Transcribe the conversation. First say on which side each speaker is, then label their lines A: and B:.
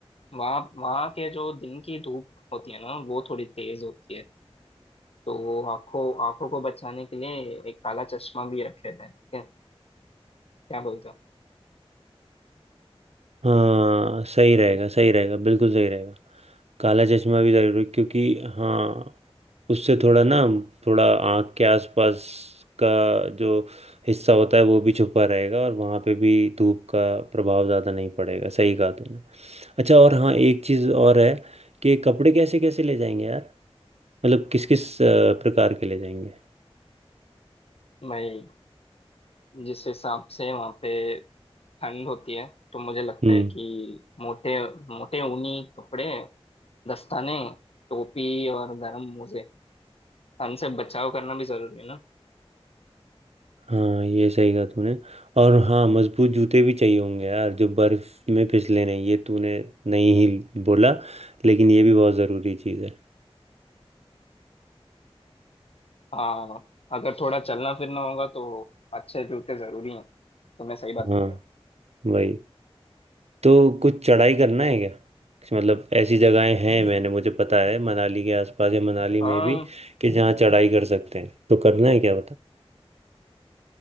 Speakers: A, on the left; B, on the right.
A: वहाँ वहाँ के जो दिन की धूप होती है ना वो थोड़ी तेज होती है तो वो आंखों आंखों को बचाने के लिए एक काला चश्मा भी रखे थे क्या बोलते हो
B: हाँ सही रहेगा सही रहेगा बिल्कुल सही रहेगा काला चश्मा भी जरूरी क्योंकि हाँ उससे थोड़ा ना थोड़ा आँख के आसपास का जो हिस्सा होता है वो भी छुपा रहेगा और वहाँ पे भी धूप का प्रभाव ज़्यादा नहीं पड़ेगा सही कहा तुमने अच्छा और हाँ एक चीज़ और है कि कपड़े कैसे कैसे ले जाएंगे यार मतलब किस किस अ, प्रकार के ले जाएंगे
A: मैं जिस हिसाब से वहाँ पे ठंड होती है तो मुझे लगता
B: हम्म
A: है कि मोटे मोटे ऊनी कपड़े दस्ताने टोपी और गर्म मोजे ठंड से बचाव करना भी जरूरी है ना
B: हाँ ये सही कहा तूने और हाँ मजबूत जूते भी चाहिए होंगे यार जो बर्फ में फिसले नहीं ये तूने नहीं ही बोला लेकिन ये भी बहुत ज़रूरी चीज़ है
A: हाँ अगर थोड़ा चलना फिरना होगा तो अच्छे जूते जरूरी हैं तुमने सही बात
B: हाँ
A: बोली है।
B: वही तो कुछ चढ़ाई करना है क्या कुछ मतलब ऐसी जगहें हैं मैंने मुझे पता है मनाली के आसपास या मनाली
A: हाँ
B: में भी कि जहाँ चढ़ाई कर सकते हैं तो करना है क्या